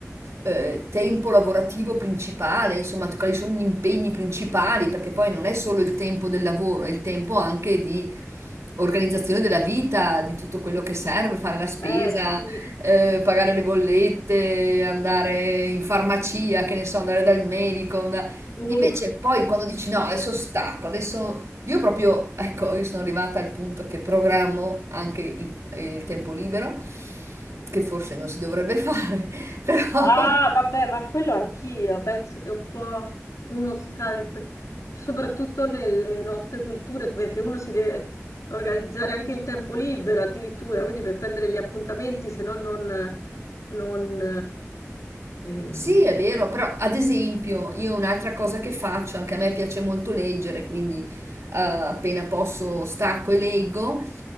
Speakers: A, on the right; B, on the left.
A: eh, tempo lavorativo principale, insomma, quali sono gli impegni principali, perché poi non è solo il tempo del lavoro, è il tempo anche di organizzazione della vita, di tutto quello che serve, fare la spesa,
B: Eh sì,
A: eh, pagare le bollette, andare in farmacia, che ne so, andare dal medico. andare-
B: tu
A: Invece poi quando dici no, adesso stacco, adesso io proprio, ecco, io sono arrivata al punto che programmo anche il, il tempo libero, che forse non si dovrebbe fare, <laughs> però
B: Ah, vabbè, ma quello anch'io, penso che un po' uno scade, in que- soprattutto nelle nostre culture, perché uno si deve organizzare anche il tempo libero addirittura, quindi per prendere gli appuntamenti, se no non... non eh, ehm.
A: sì, è vero, però ad esempio io un'altra cosa che faccio, anche a me piace molto leggere, quindi eh, appena posso stacco e leggo.